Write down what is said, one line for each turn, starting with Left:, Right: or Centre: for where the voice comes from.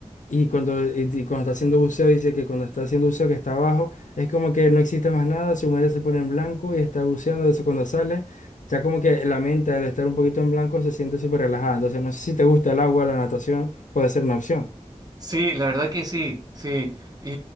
Left: Y cuando, y- y cuando está haciendo buceo, dice que cuando está haciendo buceo que está abajo, es como que no existe más nada, su mente se pone en blanco y está buceando. Entonces cuando sale, ya como que la mente al estar un poquito en blanco se siente súper relajada. Entonces no sé si te gusta el agua, la natación, puede ser una opción.
Right: Sí, la verdad que sí, sí. Y,